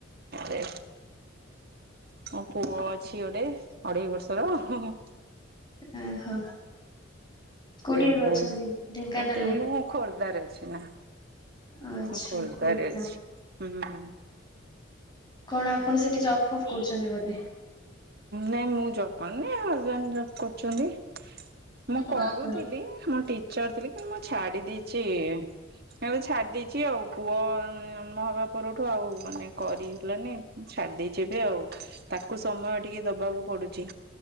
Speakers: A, on the right (about 50°); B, on the left (about 20°).
A: ଏ ମୋ ପୁଅ ଅଛି ଗୋଟେ ଅଢେଇ ବର୍ଷର ହିଁ ହିଁ।
B: ଏ ଓହୋ। କୋଉଠି
A: ଏ
B: ଏବେ
A: ବୋଉ
B: ଅଛନ୍ତି ଢେଙ୍କାନାଳରେ?
A: ଏଇଟା ମୁଁ ଖୋର୍ଦ୍ଧାରେ ଅଛି ନା।
B: ଆଚ୍ଛା
A: ମୁଁ ଖୋର୍ଦ୍ଧାରେ
B: ଖୋର୍ଦ୍ଧା
A: ଅଛି ହୁଁ।
B: କଣ ଆପଣ ସେଠି ଜବ୍ ଫବ୍ କରୁଛନ୍ତି ବୋଧେ?
A: ନାଇଁ ମୁଁ ଜବ୍ କରୁନି ହଜବେଣ୍ଡ ଜବ୍ କରୁଛନ୍ତି। ମୁଁ କରୁଥିଲି
B: ଓହୋ।
A: ମୁଁ ଟିଚର ଥିଲି କିନ୍ତୁ ମୁଁ ଛାଡି ଦେଇଛି। ମୁଁ ଏବେ ଛାଡ଼ିଦେଇଛି ଆଉ ପୁଅ ଜନ୍ମ ହେବା ପରଠୁ ଆଉ ମାନେ କରିହେଲାନି। ଛାଡ଼ିଦେଇଛି ଏବେ ଆଉ ତାକୁ ସମୟ ଟିକେ ଦବାକୁ ପଡୁଛି।